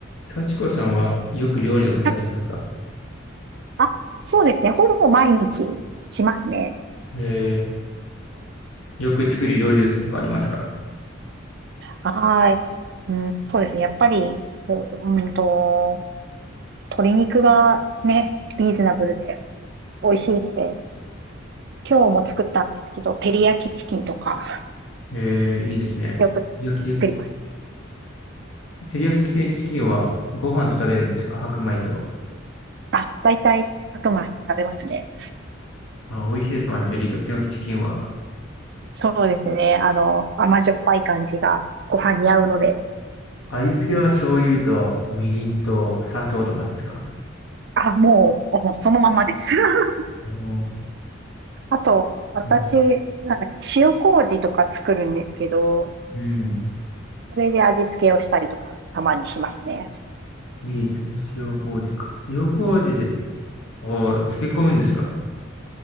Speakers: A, on the left; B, on the right.
A: 幸子さんはよく料理とかされますか
B: はいあ、そうですね。ほぼ毎日しますね。
A: えー、よく作る料理とかありますか
B: はい。うん、そうですね。やっぱり、こううんと、鶏肉がね、リーズナブルで美味しいので、今日も作ったんですけど、照り焼きチキンとか、
A: えー、いいですね。
B: よく作りますね。
A: 焼き焼き、照り焼きチキンはご飯と食べるんですか白米と。
B: あ、大体白米と食べますね。
A: あ、美味しいですもんね、照り焼きチキンは。
B: そうですね。あの、甘じょっぱい感じがご飯に合うので、
A: 味付けは醤油とみりんと砂糖とかですか
B: あ、もう、もうそのままです。<laughs>
A: おー
B: あと、私、
A: うん。
B: なんだっけ、塩麹とか作るんですけど、
A: うん
B: それで味付けをしたりとか、たまにしますね。
A: いいですね。塩麹か。塩麹で、ああ、漬け込むんですか。